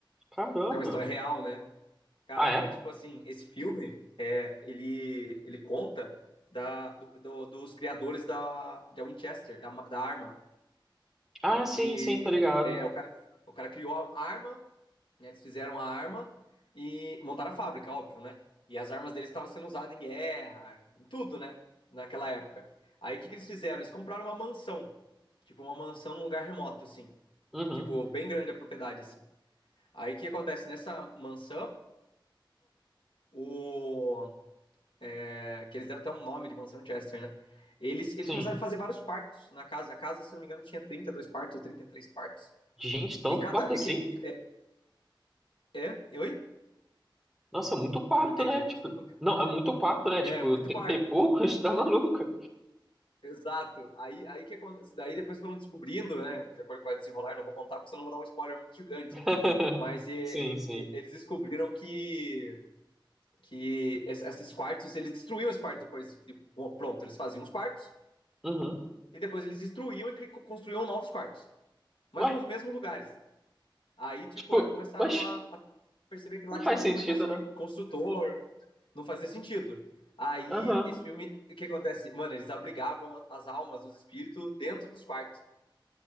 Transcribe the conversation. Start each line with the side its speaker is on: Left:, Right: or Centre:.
Centre: Caramba.
Left: Porque é uma história real, né? Cara,
Centre: Ah, é?
Left: é tipo assim, esse filme, é, ele, ele conta da, do- do- dos criadores da, da Winchester, da, da arma.
Centre: Ah,
Left: Que
Centre: sim, sim, tá ligado.
Left: é, o cara, o cara criou a arma né, Eles fizeram a arma e montaram a fábrica, óbvio, né? E as armas deles estavam sendo usadas em guerra, em tudo, né? Naquela época. Aí o que, que eles fizeram? Eles compraram uma mansão, tipo uma mansão num lugar remoto, assim.
Centre: Uhum,
Left: Tipo, bem grande a propriedade, assim. Aí o que acontece? Nessa mansão, o... É, que eles deram até um nome de mansão Chester, né? Eles, eles
Centre: sim.
Left: começaram a fazer vários quartos na casa. A casa, se não me engano, tinha 32 quartos ou 33 quartos.
Centre: Gente, tanto
Left: E cada.
Centre: quarto
Left: E
Centre: assim?
Left: que, é, é? Oi?
Centre: Nossa, muito quarto,
Left: Eu não entendi,
Centre: né? Tipo,
Left: desculpa.
Centre: não, é muito quarto, né?
Left: É,
Centre: Tipo,
Left: muito
Centre: trinta
Left: quarto.
Centre: e poucos, <laughs> tá maluco?
Left: Exato. Aí, aí que acontece. Daí depois foram descobrindo, né? De acordo com o que vai desenrolar, eu não vou contar porque senão eu vou dar um spoiler muito gigante,
Centre: <laughs>
Left: né? Mas e,
Centre: Sim, sim.
Left: e- eles descobriram que, que es- esses quartos, eles destruíam os quartos depois de, de- pronto, eles faziam os quartos
Centre: Uhum.
Left: e depois eles destruíam e cri- construíam novos quartos, mas
Centre: Ué,
Left: nos mesmos lugares. Aí, tipo,
Centre: tipo,
Left: aí começaram
Centre: oxe,
Left: a, a perceber que lá
Centre: não
Left: tinha
Centre: faz
Left: uma
Centre: sentido,
Left: movimentação
Centre: né?
Left: de construtor, não fazia sentido. Aí,
Centre: Aham.
Left: esse filme, o que acontece? Mano, eles abrigavam as almas, os espíritos dentro dos quartos.